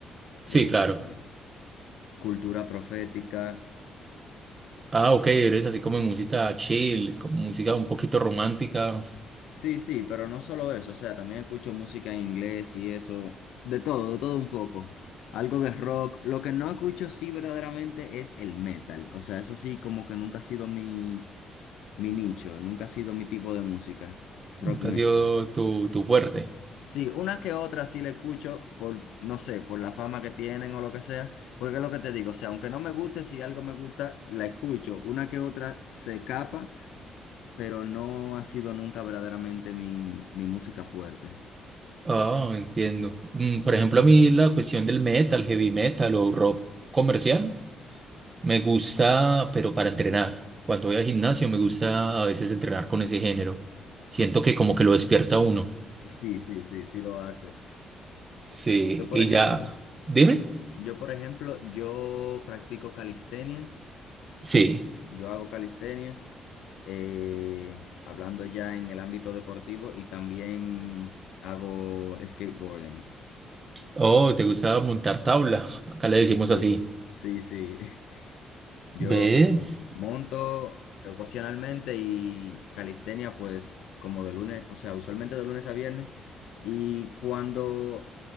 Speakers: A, on the right; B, on the left.
A: sí,
B: eh,
A: claro.
B: eh, Cultura Profética.
A: Ah, ok, eres así como música chill, como música un poquito romántica,
B: Sí, sí, pero no solo eso, o sea, también escucho música en inglés y eso, de todo, de todo un poco. Algo de rock. Lo que no escucho sí verdaderamente es el metal. O sea, eso sí como que nunca ha sido mi, mi nicho, nunca ha sido mi tipo de música, rock
A: nunca
B: metal.
A: ha sido tu, tu fuerte.
B: Sí, una que otra sí le escucho por, no sé, por la fama que tienen o lo que sea, porque es lo que te digo, o sea, aunque no me guste, si algo me gusta, la escucho. Una que otra se escapa, pero no ha sido nunca verdaderamente mi, mi música fuerte.
A: Ah, entiendo. Mm, Por ejemplo, a mí la cuestión del metal, heavy metal o rock comercial. Me gusta, pero para entrenar. Cuando voy al gimnasio me gusta a veces entrenar con ese género. Siento que como que lo despierta a uno.
B: Sí, sí, sí, sí lo hace.
A: Sí,
B: Yo, por
A: y
B: ejemplo,
A: ya. Dime.
B: yo, yo, por ejemplo, yo practico calistenia,
A: Sí.
B: ¿sabes? Yo hago calistenia, eh, hablando ya en el ámbito deportivo y también hago skateboarding.
A: Oh, ¿te gusta montar tabla? Acá
B: Sí,
A: le decimos
B: sí,
A: así.
B: sí, sí. <laughs> Yo
A: ¿Ve?
B: monto ocasionalmente y calistenia pues como de lunes, o sea, usualmente de lunes a viernes. Y cuando,